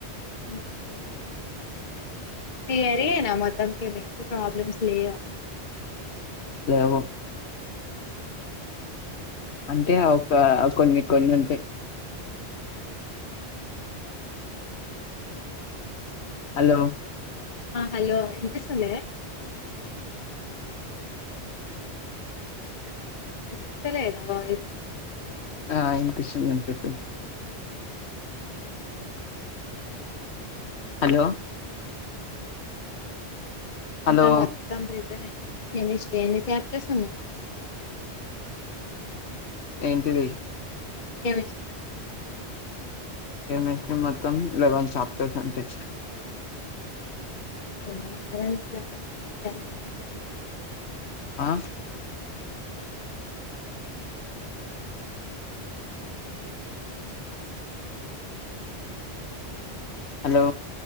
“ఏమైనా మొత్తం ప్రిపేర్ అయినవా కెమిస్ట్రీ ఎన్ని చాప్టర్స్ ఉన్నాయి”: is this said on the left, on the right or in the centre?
Left